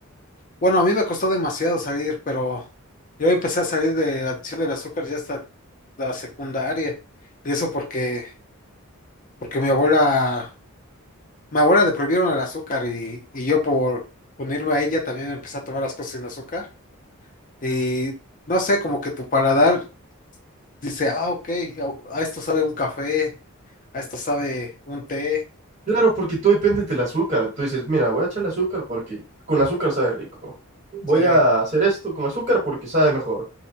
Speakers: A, on the left; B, on the right.
A: Bueno, a mí me costó demasiado salir, pero yo empecé a salir de la adicción del azúcar ya hasta la secundaria. Y eso porque, porque mi abuela, mi abuela le prohibieron el azúcar y, y yo por unirme a ella también empecé a tomar las cosas sin azúcar. Y no sé, como que tu paladar Dice, ah, ok, a a esto sabe un café, a esto sabe un té,
B: Claro, porque tú dependes del azúcar. Tú dices, mira, voy a echarle azúcar porque con azúcar sabe rico. Voy
A: sí.
B: a hacer esto con azúcar porque sabe mejor.